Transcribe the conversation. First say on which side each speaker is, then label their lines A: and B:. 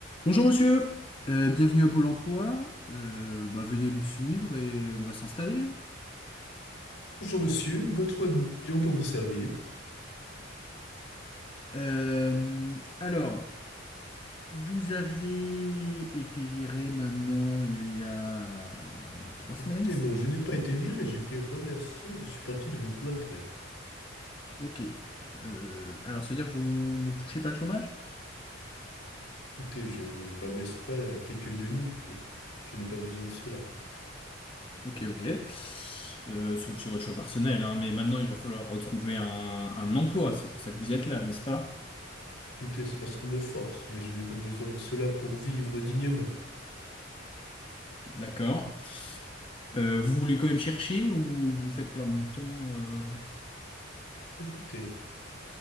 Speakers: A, on the left; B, on the left.
A: Bonjour monsieur, Euh, bienvenue à Pôle emploi. Euh, bah, veuillez me suivre et on va s'installer.
B: Bonjour monsieur, Godefroy de Bouillon pour vous servir.
A: Euh, alors, vous avez été viré maintenant il y a trois semaines,
B: Écoutez,
A: c'est
B: non,
A: bien
B: je n'ai
A: ça
B: pas été viré, j'ai été remercié, je suis parti de mon plein gré.
A: Ok. Euh, alors, ça veut dire que vous ne touchez pas le chômage?
B: Écoutez, je ne m'abaisse pas à quelques deniers, je n'ai pas besoin de cela.
A: Ok, ok. Euh, sauf sur votre choix personnel, hein, mais maintenant il va falloir retrouver un, un emploi. C'est pour ça que vous êtes là, n'est-ce pas?
B: Écoutez, c'est parce qu'on me force, mais je n'ai pas besoin de cela pour vivre dignement.
A: D'accord. Euh, vous voulez quand même chercher ou vous me faites perdre mon temps? euh
B: Écoutez,